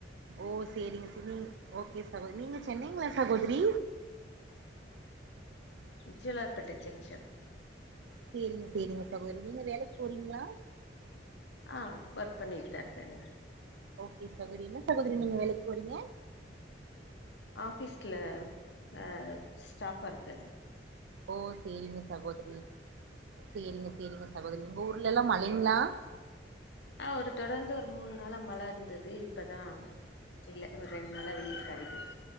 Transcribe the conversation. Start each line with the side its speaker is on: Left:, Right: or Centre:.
Right: ஓ சேரிங்க சேரி ஓகே சகோதரி நீங்க சென்னைங்களா சகோதரி
Left: உம் ஜலார்பட்ட ஜங்ஷன்
Right: சேரிங்க சேரிங்க சகோதரி நீங்க வேலைக்கு போறீங்களா
Left: அ ஆஹ் ஒர்க் பண்ணிட்டுதா இருக்கங்க
Right: ஓகே சகோதரி என்ன சகோகரி நீங்க வேலைக்கு போறீங்க
Left: ஆபீஸ்ல அஹ ஸ்டாபா இருக்க
Right: ஓ சேரிங்க சகோதரி சேரிங்க சேரிங்க சகோதரி உங்க ஊர்ல இல்லா மழிங்களா
Left: ஆஹ் ஒரு தொடர்ந்து ஒரு மூணு நாளா மழ இருந்தது இப்பதா இல்ல ஒரு ரெண்டு நாளா வெயில் சயுது